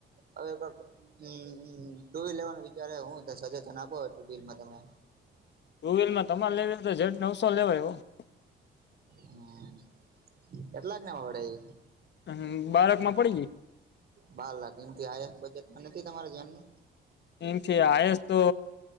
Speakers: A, on the right; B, on the left.
A: અવે હમમ ટુ વ્હીલ લેવાનું વિચારે હું સજેશન આપો ટુ વ્હીલમાં તમે
B: ટુ વ્હીલમાં તમારે લેવીલ તો ઝડ નવસો લેવાય એ
A: હમ કેટલાકને વડાઈ
B: હમ બાળક માં પડી ગઈ
A: બાર લાખ એમથી હાસ્ટ બજેટમાં નથી તમારા ધ્યાનમાં
B: એમથી આઈસ તો